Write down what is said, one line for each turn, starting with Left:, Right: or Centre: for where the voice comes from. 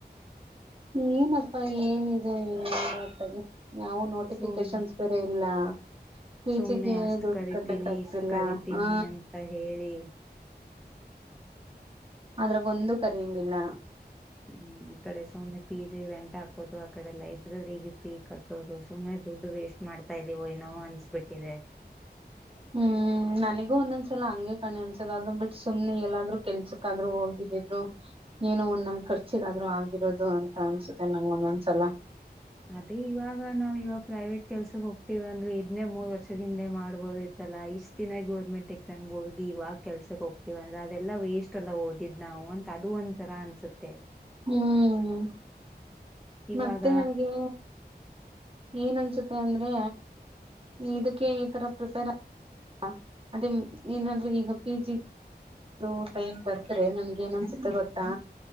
Right: ನೀನಪ್ಪಾ ಏನಿದು ಎ ಹೊಗತ್ತಗೆ ಯಾವ ನೋಟಿಫಿಕೇಶನ್ಸ್
Centre: ಸುಮ್
Right: ಬೇರೆ ಇಲ್ಲ ಪಿ
Centre: ಸುಮ್ನೆ
Right: ಜಿ ಗೆ
Centre: ಅಷ್ಟ್
Right: ದುಡ್ಡು
Centre: ಕರಿತೀನಿ
Right: ಕಟ್ಟಕ್ ಆಗ್ತಿಲ್ಲ
Centre: ಇಷ್ಟ್ ಕರಿತೀನಿ
Right: ಹಾ
Centre: ಅಂತ ಹೇಳಿ
Right: ಆದ್ರಗೊಂದು ಕರಿಯಂಗಿಲ್ಲ
Centre: ಹ್ಮ್ ಈ ಕಡೆ ಸುಮ್ನೆ ಪಿ ಜಿ ರೆಂಟ್ ಹಾಕೋದು ಆ ಕಡೆ ಲ್ಲೈ ಇದ್ರೆ ಈ ಪೀ ಕಟ್ಟೋದು ಸುಮ್ಮನೆ ದುಡ್ ವೇಷ್ಟು ಮಾಡ್ತಾ ಇದ್ದೀವೊ ಏನೋ ಅನ್ಸ್ಬಿಟ್ಟಿದೆ
Right: ಹ್ಮ್ ನನಗೂ ಒಂದೊಂದ್ಸಲ ಹಂಗೆ ಕಣೆ ಅನ್ಸುದು ಅದ್ ಬಿಟ್ ಸುಮ್ನೆ ಎಲ್ಲಾದ್ರು ಕೆಲ್ಸಕ್ಕಾದ್ರು ಹೋಗಿದಿದ್ರು ಏನೋ ಒಂದ್ ನಮ್ ಖರ್ಚಿಗಾದ್ರು ಆಗಿರೋದು ಅಂತ ಅನ್ಸುತ್ತೆ ನಂಗ ಒಂದೊಂದ್ಸಲ
Centre: ಅದೇ ಇವಾಗ ನಾವು ಇವಾಗ ಪ್ರೈವೇಟ್ ಕೆಲ್ಸಕ್ ಹೋಗ್ತಿವಂದ್ರೆ ಇದ್ನೇ ಮೂರ್ ವರ್ಷದ ಹಿಂದೆ ಮಾಡಬೋದಗಿತ್ತಲ ಇಷ್ಟ್ ದಿನ ಗೋರ್ಮೆಂಟ್ ಎಕ್ಸಾಮ್ಗೆ ಹೋಗಿ ಇವಾಗ ಕೆಲ್ಸಕ್ ಹೋಗ್ತಿವಂದ್ರೆ ಅದೆಲ್ಲಾ ವೇಸ್ಟ್ ಎಲ್ಲ ಓದಿದ್ ನಾವು ಅಂತ ಅದು ಒಂದ್ ತರಾ ಅನ್ಸತ್ತ
Right: ಹ್ಮ್
Centre: ಇವಾಗ
Right: ಮತ್ತೆ ನನಗೆ ಏನ್ ಅನ್ಸುತ್ತೆ ಅಂದ್ರೆ ಇದಕ್ಕೆ ಈ ತರ ಪ್ರಿಪೇರ್ ಆ ಅದೇ ಏನಾದ್ರೆ ಈಗ ಪಿ ಜಿ ಅದು ಟೈಮ್ ಬಂದ್ರೆ ನಮ್ಗೆ ಏನ್ ಅನ್ಸುತ್ತೆ ಗೊತ್ತಾ